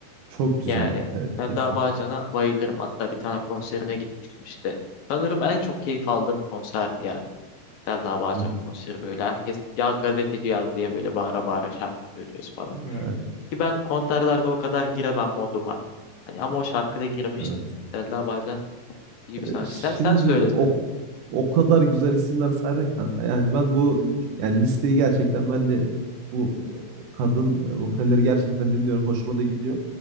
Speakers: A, on the right; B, on the left.
A: Çok güzel.
B: Yani
A: Evet
B: Selda
A: kesin.
B: Bağcan'a bayılırım. Hatta bir tane konserine gitmiştim işte. Sanırım en çok keyif aldığım konserdi ya. Selda Bağcan
A: Hı hı.
B: konseri böyle. Herkes yaz gazeteci yaz diye böyle bağıra bağıra şarkı söylüyoruz falan.
A: Evet,
B: Ki ben konserlerde o kadar giremem moduma. Hani ama o şarkıda girmiştim.
A: evet.
B: Selda Bağcan çok iyi bir sanatçı.
A: Ya Şimdi
B: Sen, sen söylesene.
A: o o kadar güzel isimler saydın ki kanka. Yani ben bu yani listeyi gerçekten ben de bu e, kadın e, vokalleri gerçekten dinliyorum. Hoşuma da gidiyor.